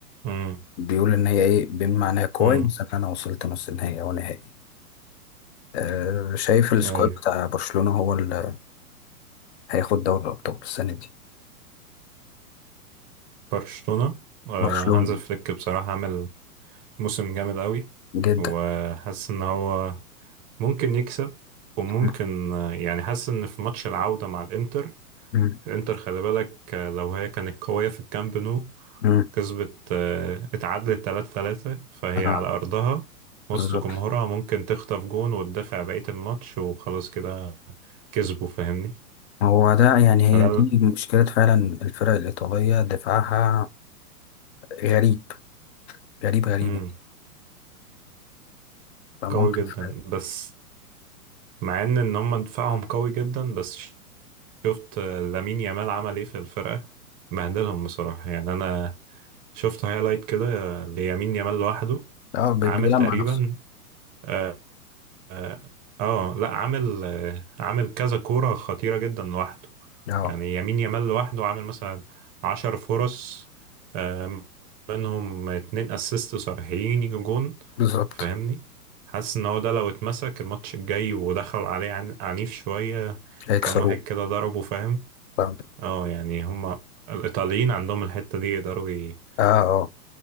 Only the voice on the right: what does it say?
امم
امم
أيوة
برشلونة آه،
هانز فليك بصراحة عمل موسم جامد قوي
وحاسس إن هو ممكن يكسب وممكن
آه، يعني حاسس إن في ماتش العودة مع الإنتر
الانتر خلي بالك آه، لو هي كانت قوية في الكامب نو
كسبت آه، اتعادلت 3-3 فهي
على أرضها وسط
جمهورها ممكن تخطف جون وتدافع بقية الماتش وخلاص كده كسبوا فاهمني
فده
ال-
مم.
قوي جدا
بس مع ان ان هم دفاعهم قوي جدا بس ش- شفت آه، لامين يامال عمل ايه في الفرقة بهدلهم بصراحة يعني انا شفت هايلايت كده آه، ليامين يامال لوحده
عامل
تقريبا
آه، اه آه، لا عامل آه، عامل كذا كورة خطيرة جدا لوحده
يعني يمين يامال لوحده عامل مثلا عشر فرص آه، منهم اتنين اسيست صريحين يجوا جون
فاهمني حاسس ان هو ده لو اتمسك الماتش الجاي ودخل عليه عن- عنيف شوية
كام واحد كده ضربه فاهم
اه يعني هما الايطاليين عندهم الحتة دي يقدروا ي-